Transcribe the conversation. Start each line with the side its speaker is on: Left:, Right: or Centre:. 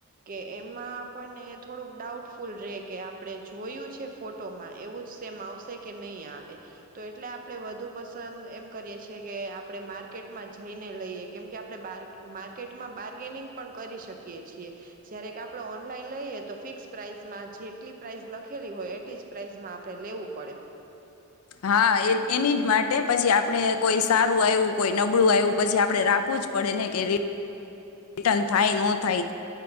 Right: કે એમાં આપણને થોડુંક ડાઉટફુલ રે કે આપણે જોયું છે ફોટોમાં એવું જ સેમ આવશે કે નહીં આવે. તો એટલે આપણે વધુ પસંદ એમ કરીએ છે કે આપણે માર્કેટમાં જઈ ને લઈયે કેમ કે આપણે માર્કેટમાં બાર્ગેનિંગ પણ કરી શકીએ છીએ. જયારે કે આપણે ઓનલાઈન લઈએ તો ફિક્સ પ્રાાઈસમાં જેટલી પ્રાઇસ લખેલી હોય એટલી જ પ્રાાઈસમાં આપડે લેવું પડે.
Left: હા, એ એની જ માટે પછી આપણેે કોઈ સારું આયવુ, કોઈ નબળું આયવું પછી આપડણે રાખવું જ પડે ને કે રિટર્ન થાય ન થાય,